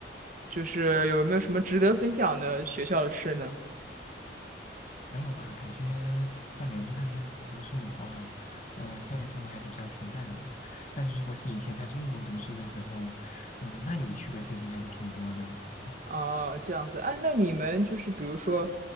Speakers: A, on the right; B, on the left.
A: 就是有没有什么值得分享的学校的事呢？
B: 没有吧？感觉在美国这边读书的话，呃，校园生活还是比较平淡的。但是如果是以前在中国读书的时候，嗯、那有趣的事情还是挺多的，嗯，
A: 哦，这样子。哎，那你们就是比如说，